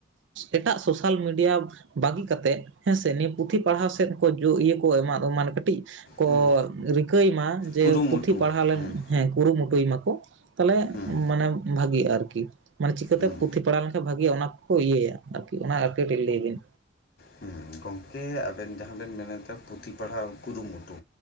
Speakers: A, on the right; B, on the left.
A: ᱮᱴᱟᱜ ᱥᱳᱥᱟᱞ ᱢᱤᱰᱤᱭᱟ ᱵᱟᱹᱜᱤ ᱠᱟᱛᱮᱫ ᱦᱮᱸᱥᱮ ᱱᱤᱭᱟᱹ ᱯᱩᱛᱷᱤ ᱯᱟᱲᱦᱟᱣ ᱥᱮᱫ ᱠᱚ ᱤᱭᱟᱹ ᱠᱚ ᱮᱢᱟ <unintelligible> ᱫᱚ ᱢᱟᱱᱮ ᱠᱟᱹᱴᱤᱡ ᱠᱚ
B: ᱦᱩᱸ
A: ᱨᱤᱠᱟᱹᱭ ᱢᱟ ᱡᱮ
B: ᱠᱩᱨᱩᱢᱩᱴᱩ
A: ᱯᱩᱛᱷᱤ ᱯᱟᱲᱦᱟᱣ ᱞᱮᱱ
B: ᱦᱩᱸ
A: ᱦᱮᱸ ᱠᱩᱨᱩᱢᱩᱴᱩᱭ ᱢᱟᱠᱚ ᱛᱟᱦᱞᱮ
B: ᱦᱩᱸ
A: ᱢᱟᱱᱮ ᱵᱷᱟᱜᱤᱜ-ᱟ ᱟᱨᱠᱤ। ᱢᱟᱱᱮ ᱪᱤᱠᱟᱹᱛᱮ
B: ᱦᱩᱸ
A: ᱯᱩᱛᱷᱤ ᱯᱟᱲᱟᱣ ᱞᱮᱱᱠᱷᱟᱱ ᱵᱷᱟᱜᱮᱜ-ᱜ ᱚᱱᱟ ᱠᱚᱠᱚ ᱤᱭᱟᱹᱭᱟ ᱟᱨᱠᱤ ᱚᱱᱟ ᱟᱨ ᱠᱟᱹᱴᱤᱡ ᱞᱟᱹᱭ ᱵᱤᱱ।
B: ᱦᱩᱸ ᱜᱚᱢᱠᱮ ᱟᱵᱮᱱ ᱡᱟᱦᱟᱸ ᱵᱮᱱ ᱢᱮᱱᱮᱫᱟ ᱯᱩᱛᱷᱤ ᱯᱟᱲᱦᱟᱣ ᱠᱩᱨᱩᱢᱩᱴᱩ